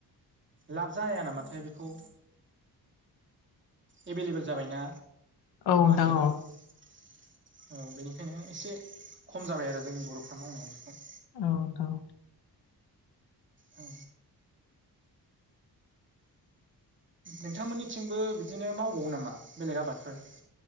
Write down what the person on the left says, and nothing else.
औ नोंथां
औ
औ नोंथां।